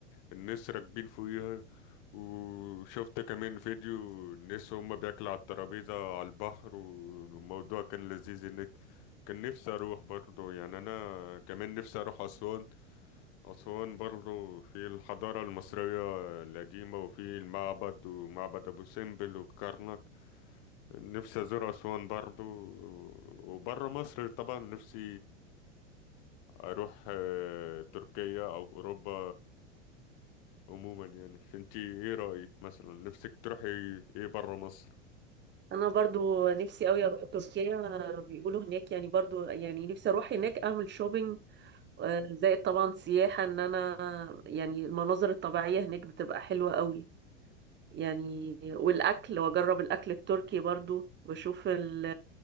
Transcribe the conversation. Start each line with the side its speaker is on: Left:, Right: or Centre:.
Left: والناس راكبين فوقيها وشفت كمان فيديو الناس هم بياكلوا على الترابيزة على البحر والموضوع كان لذيذ هناك كان نفسي اروح برضه يعني انا كمان نفسي اروح اسوان اسوان برضه في الحضارة المصرية القديمة وفي المعبد ومعبد ابو سمبل والكرنك نفسي ازور اسوان برضو وبره مصر طبعا نفسي اروح آه، تركيا او اوروبا عموما يعني انتي ايه رايك مثلا نفسك تروحي ايه بره مصر
Right: انا برضو نفسي قوي اروح تركيا آه، بيقولوا هناك يعني برضو يعني نفسي اروح هناك اعمل شوبينج آه، زائد طبعا سياحة ان انا يعني المناظر الطبيعية هناك بتبقى حلوة قوي يعني والأكل وأجرب الأكل التركي برضو وأشوف ال